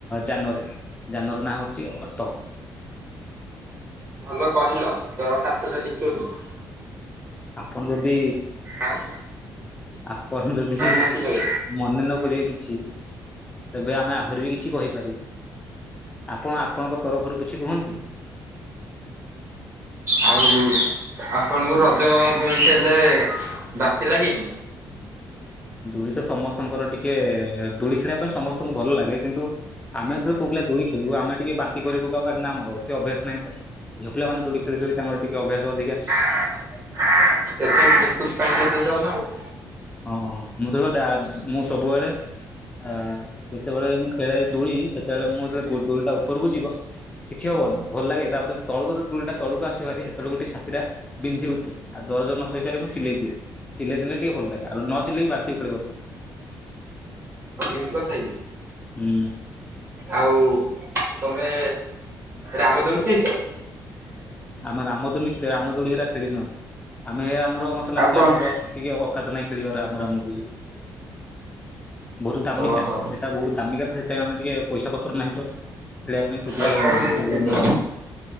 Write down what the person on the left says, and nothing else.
ଯାନରେ ଯାନର ନାଁ ହଉଛି ଅଟ।
ଆପଣ ଯଦି
ଆପଣ ଯଦି?
ମନେ ନ କରିବେ କିଛି ତେବେ ଆମେ ଆହୁରି ବି କିଛି କହିପାରିବୁ। ଆପଣ ଆପଣଙ୍କ ତରଫରୁ କିଛି କୁହନ୍ତୁ।
ଦୋଳି ତ ସମସ୍ତଙ୍କର ଟିକେ ଦୋଳି ଖେଳିବା ପାଇଁ ସମସ୍ତଙ୍କୁ ଭଲ ଲାଗେ କିନ୍ତୁ ଆମେ ତ ପୁଅପିଲା ଦୋଳି ଖେଳୁ ଆମେ ଟିକେ ବାନ୍ତି କରିପକାଉ କାହିକିନା ଆମର ଏତେ ଅଭ୍ୟାସ ନାହିଁ ତ ଝିଅପିଲାମାନେ ଦୋଳି ଖେଳି ଖେଳି ତାଙ୍କର ଟିକେ ଅଭ୍ୟାସ ଅଧିକା।
ହଁ ମୁଁ ତ ମୁଁ ସବୁବେଳେ ହଁ ଯେତେବେଳେ ମୁଁ ଖେଳେ ଦୋଳି ସେତେବେଳେ ମୁଁ ଯେତେବେଳେ ଦୋଳିଟା ଉପରକୁ ଯିବ। କିଛି ହବନି ଭଲ ଲାଗେ ତାପରେ ତଳକୁ ତ ଦୋଳିଟା ତଳକୁ ଆସେଭାରି ସେତେବେଳକୁ ଟିକେ ଛାତିଟା ବିନ୍ଧି ଉଠେ ଆଉ ଦରଜ ନ ସଇପାରେ ମୁଁ ଚିଲେଇ ଦିଏ ଚିଲେଇ ଦେଲେ ଟିକେ ଭଲ ଲାଗେ ଆଉ ନ ଚିଲେଇ ବି ବା
ହୁଁ
ଆମେ ରାମଦୁନି ରାମଦୁଳି ହେରା ଖେଳିନୁ ଆମେ ହେ ଆମର ମତେ
ଲାଗୁଛି
ଆମର ଟିକେ ଅକାତ ନାଇଁ ଖେଳିବାର ଆମରାମ। ବହୁତ ଦାମିକା
ଏଇଟା ବହୁତ ଦାମିକା ତ ସେଥିପାଇଁ ଆମେ ଟିକେ ପଇସା ପତ୍ର ନାହିଁ ତ ଖେଳିବା ପାଇଁ ସେଥିପାଇଁ
ଖେଳିପାରୁନୁ ଆଉ।